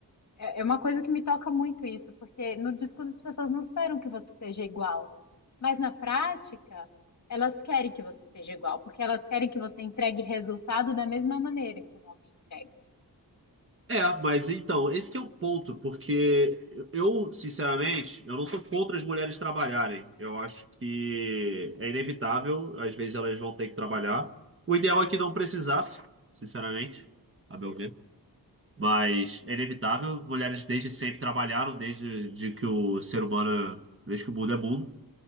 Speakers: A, on the left; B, on the right.
A: é é uma coisa que me toca muito isso, porque no discurso as pessoas não esperam que você seja igual, mas na prática elas querem que você seja igual, porque elas querem que você entregue resultado da mesma maneira que um homem entrega.
B: É, mas então, esse que é um ponto, porque eu, sinceramente, eu não sou contra as mulheres trabalharem. Eu acho que é inevitável, às vezes elas vão ter que trabalhar. O ideal é que não precisasse, sinceramente a meu ver. Mas é inevitável, mulheres desde sempre trabalharam, desde de que o ser humano, desde que o mundo é mundo.